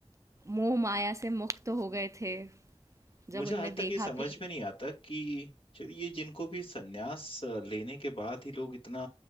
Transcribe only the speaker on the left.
मुझे आज
तक
ये समझ
में नहीं आता कि चलिए ये जिनको भी सन्यास अ, लेने के बाद ही लोग इतना